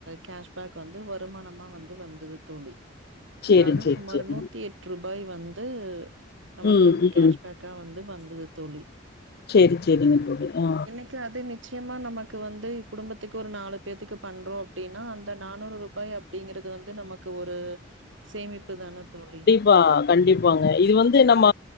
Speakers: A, on the right (about 75°); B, on the left (about 55°).
A: கேஸ் பேக் வந்து வருமானமா வந்து வந்துது தோழி
B: சரி,
A: அதாவது
B: சரி,
A: சுமார்
B: சரிங்க.
A: நூத்தி எட் டுரூபாய் வந்து நமக்கு
B: ம்,
A: வந்து
B: ம்.
A: கேஷ்பக்கா வந்து வந்துது தோழி
B: சேரி சேரிங்க தோழி ஆ.
A: இன்னைக்கு அது நிச்சயமா நமக்கு வந்து குடும்பத்துக்கு ஒரு நாலு பேத்துக்கு பண்றோ அப்டின்னா அந்த நானூறு ரூபாய அப்டிங்கறது வந்து நமக்கு ஒரு சேமிப்பு தான தோழி
B: பா கண்டிப்பாங்க இது வந்து நம்ம